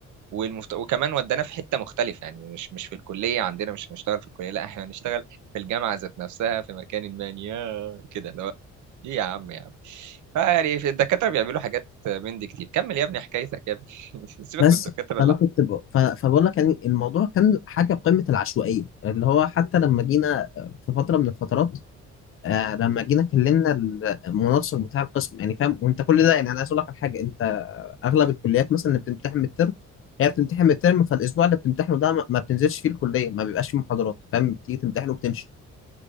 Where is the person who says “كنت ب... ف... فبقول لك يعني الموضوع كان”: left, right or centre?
Left